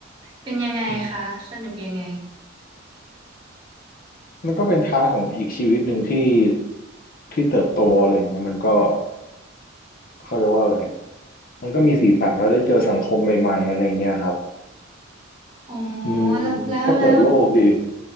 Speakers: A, on the right; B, on the left.
A: เป็นยังไงคะสนุกยังไง
B: อืมมันก็เป็นพาร์ทของอีกชีวิตหนึ่งที่ที่เติบโตอะไรอย่างเงี้ยมันก็เขาเรียกว่าอะไรมันก็มีสีสันแล้วได้เจอสังคมใหม่ๆอะไรอย่างเงี้ยครับ
A: อ๋อ
B: อืม
A: แล้วแล้วแล้ว
B: ก็เปิดโลกดี